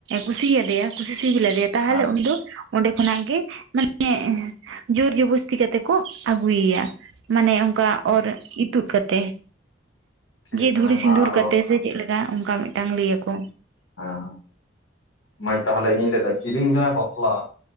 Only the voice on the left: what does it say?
ᱦᱮᱸ
ᱴᱷᱤᱠ
ᱟᱪᱷᱮ
ᱢᱟ
ᱟᱨᱚ
ᱦᱮᱸ ᱦᱮᱸ ᱢᱟᱹᱭ ᱛᱟᱦᱚᱞᱮ ᱤᱧᱤᱧ ᱞᱟᱹᱭᱟ ᱠᱤᱨᱤᱧ ᱡᱟᱶᱟᱭ ᱵᱟᱯᱞᱟ